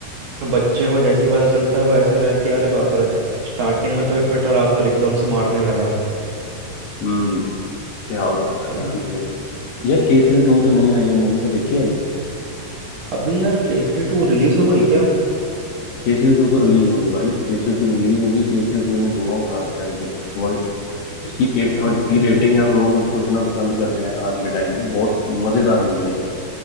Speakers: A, on the right; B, on the left.
A: तो बच्चे को जैसे ही पता चलता है वो ऐसे रह कि अरे बाप रे स्टार्टिंग में तो ये पिट रहा था और एकदम से मारने लगा
B: हम्म क्या बात है
A: भाई,
B: यार मुझे यार केसरी टू जो नहीं आई है मूवी वो देखी है अभी
A: अभी यार केसरी टू रिलीज हो गई क्या
B: केसरी टू तो रिलीज होगी भाई केसरी टू रिलीज होगी केसरी टू ने धुआं उठा रखा है मतलब वर्ल्ड उसकी
A: पता
B: एट पॉइंट
A: नहीं
B: थ्री
A: यार
B: रेटिंग
A: भाई
B: है और लोग उसको इतना पसंद कर रहे हैं आज के टाइम में बहुत मजेदार मूवी है